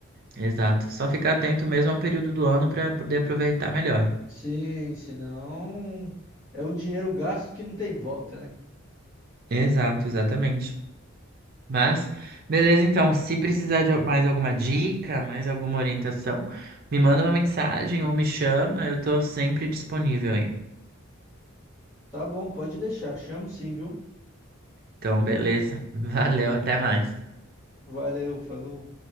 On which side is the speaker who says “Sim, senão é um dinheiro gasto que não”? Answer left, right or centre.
Left